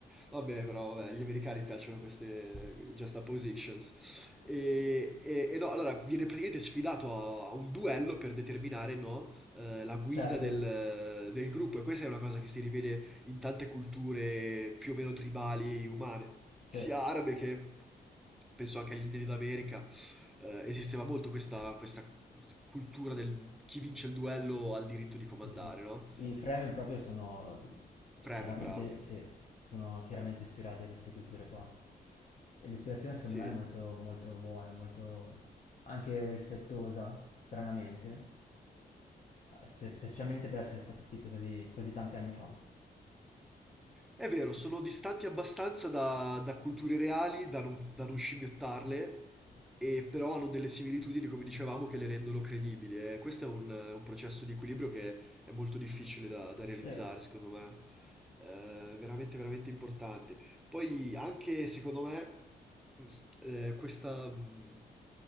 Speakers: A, in the centre; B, on the left.
A: Vabbè, però vabbè, gli americani piacciono queste juxtapositions. E, e, e no, allora viene praticamente sfidato a, a un duello per determinare, no, eh, la guida
B: Certo,
A: del, del gruppo. E questa è una cosa che si rivede in tante culture più o meno tribali umane,
B: sì,
A: sia arabe che penso anche agli indiani d'America eh, esisteva molto questa, questa cultura del chi vince il duello ha il diritto di comandare,
B: sì, sì.
A: no?
B: I Fremen proprio sono
A: Fremen,
B: chiaramente,
A: bravo.
B: sì, sono chiaramente ispirati a queste culture qua. E l'ispirazione secondo
A: Sì,
B: me è molto, molto buona, molto anche rispettosa, stranamente, spe- specialmente per essere stato scritto così, così tanti anni fa.
A: È vero, sono distanti abbastanza da, da culture reali da non, da non scimmiottarle, e però hanno delle similitudini, come dicevamo, che le rendono credibili. E questo è un, un processo di equilibrio che è molto difficile da, da realizzare,
B: Sì.
A: secondo me. Eh, veramente, veramente importante. Poi anche, secondo me, eh, questa... mh,